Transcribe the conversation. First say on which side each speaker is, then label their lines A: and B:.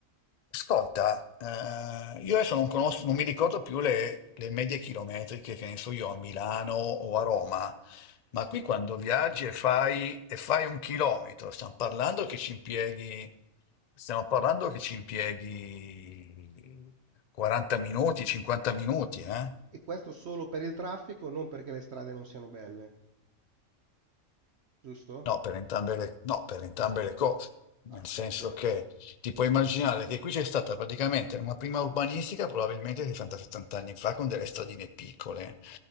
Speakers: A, on the left; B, on the right.
A: Ascolta, eh, io adesso non conosco, non mi ricordo più le, le medie chilometriche che ne so io a Milano o a Roma, ma qui quando viaggi e fai, e fai un chilometro, stiamo parlando che ci impieghi, stiamo parlando che ci impieghi 40 minuti, 50 minuti, eh?
B: E questo solo per il traffico, non perché le strade non siano belle, giusto?
A: No, per entrambe le, no, per entrambe le cose,
B: Ah,
A: nel senso
B: ok.
A: che ti puoi immaginare che qui c'è stata praticamente una prima urbanistica, probabilmente 60-70 anni fa, con delle stradine piccole.